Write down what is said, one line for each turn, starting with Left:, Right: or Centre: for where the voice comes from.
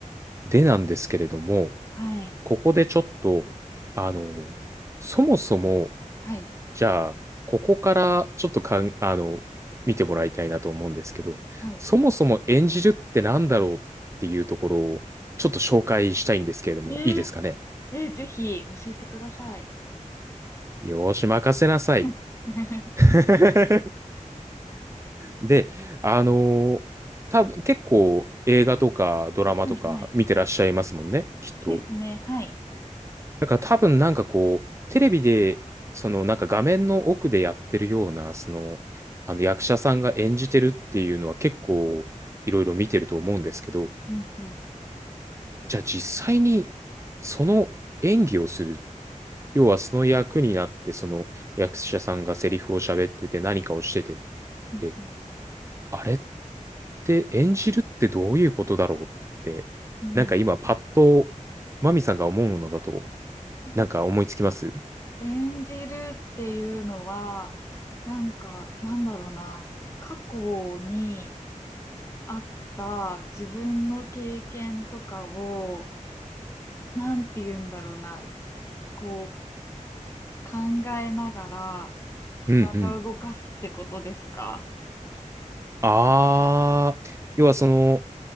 Right: でなんですけれども、
Left: はい、
Right: ここでちょっと、あの、そもそも、
Left: はい、
Right: じゃあ、ここからちょっとかん、あの、見てもらいたいなと思うんですけど、
Left: はい。
Right: そもそも演じるってなんだろうっていうところを、ちょっと紹介したいんですけれども、
Left: ねえ、
Right: いいですかね。
Left: えー、ぜひ教えてください。
Right: よーし、任せなさい。
Left: うん <laughs>
Right: <laughs> で、あのー多分結構映画とかドラマとか見てらっしゃいますもんね、
Left: はい、はい。
Right: きっと。
Left: ですね、はい。
Right: だから多分なんかこう、テレビで、そのなんか画面の奥でやってるような、その、あの役者さんが演じてるっていうのは結構いろいろ見てると思うんですけど、
Left: うん、うん。
Right: じゃあ実際にその演技をする、要はその役になって、その役者さんがセリフを喋ってて何かをしててっ
Left: うん、
Right: て、あれって演じるってどういうことだろうって、
Left: うん。
Right: なんか今パッとマミさんが思うものだと、
Left: うん
Right: なんか思いつきます
Left: 演じるっていうのは、なんか、なんだろうな、過去にあった自分の経験とかを、なんて言うんだろうな、こう、考えながら体を動かすってことですか
Right: うんうん。あー、要はその、